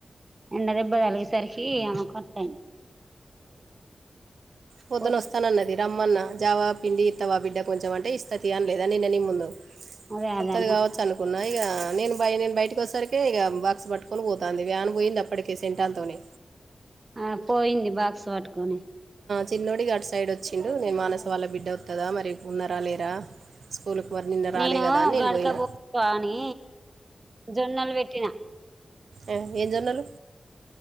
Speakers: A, on the right (about 40°); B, on the right (about 80°).
A: ఎండ దెబ్బ తగిలేసరికి ఆమెకు అట్ల ఐంది
B: పొద్దున
A: పోయి
B: వస్తానన్నది రమ్మన్న జావాబు పిండి ఇతవా బిడ్డ కొంచెం అంటే ఇస్త తీయ్ అన లేదా నీ ముందు
A: అదే అదే
B: ఒత్తది
A: అన్న
B: కావచ్చు అనుకున్న ఆ ఇక నేను బయ నేను బయటకి వచ్చేసరికి ఇక బాక్స్ పట్టుకొని పోతంది వ్యాన్ పోయింది అప్పటికే సెంటన్ తోని
A: ఆ పోయింది బాక్స్ పట్టుకొని
B: చిన్నోడి ఇగ అటు సైడ్ వచ్చిండు నేను మానస వాళ్ళ బిడ్డ ఒతదా మరి ఉన్నరా లేరా స్కూల్కి మరి నిన్న రాలే
A: నేను
B: కదా అని నేను
A: గడక
B: పోయినా
A: బువ్వ అని జొన్నలు పెట్టినా
B: ఆ ఏ జొన్నలు